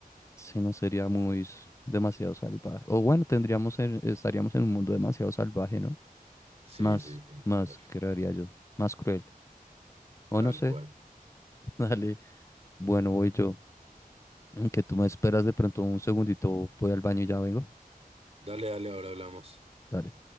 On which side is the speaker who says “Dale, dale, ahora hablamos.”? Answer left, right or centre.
Right